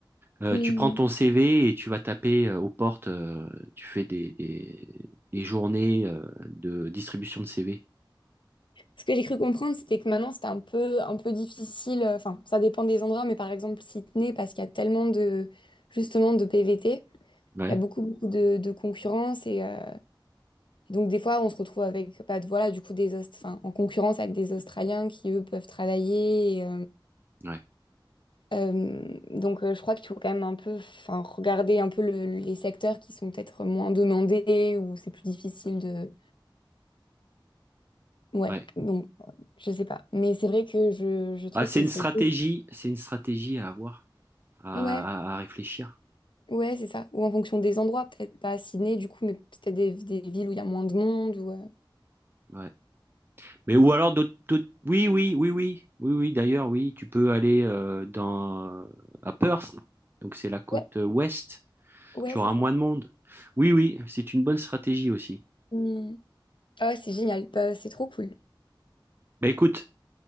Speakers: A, on the right (about 25°); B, on the left (about 70°).
A: euh,
B: Mm.
A: tu prends ton CV et tu vas taper euh, aux portes, euh, tu fais des, des, des journées euh, de distribution de CV.
B: Ce que j'ai cru comprendre, c'était que maintenant c'était un peu un peu difficile. euh, Enfin, ça dépend des endroits, mais par exemple Sydney, parce qu'il y a tellement de justement de PVT,
A: Ouais,
B: il y a beaucoup beaucoup de, de concurrence et euh, et donc des fois on se retrouve avec bah, voilà du coup des Aust- enfin, en concurrence avec des Australiens qui eux peuvent travailler.
A: ouais,
B: Euh, donc, euh, je crois qu'il faut quand même un peu, enfin, regarder un peu le- le- les secteurs qui sont peut-être moins demandés ou c'est plus difficile de. Ouais,
A: ouais.
B: donc, je sais pas. Mais c'est vrai que je, je trouve
A: Ah, c'est
B: que
A: une
B: c'est.
A: stratégie, c'est une stratégie à avoir, à,
B: Ouais,
A: à- à réfléchir.
B: ouais, c'est ça. Ou en fonction des endroits, peut-être pas à Sydney, du coup, mais peut-être des, des villes où il y a moins de monde ou. euh,
A: Ouais. Mais ou alors d'autres, d'autres- oui, oui, oui, oui, oui, oui. D'ailleurs, oui, tu peux aller euh, dans à Perth, donc c'est la côte
B: Ouais,
A: euh, ouest
B: ouais,
A: tu
B: c'est
A: auras
B: ça.
A: moins de monde. Oui, oui, c'est une bonne stratégie aussi.
B: Hmm. Ah ouais, c'est génial. Bah, c'est trop cool.
A: Bah écoute,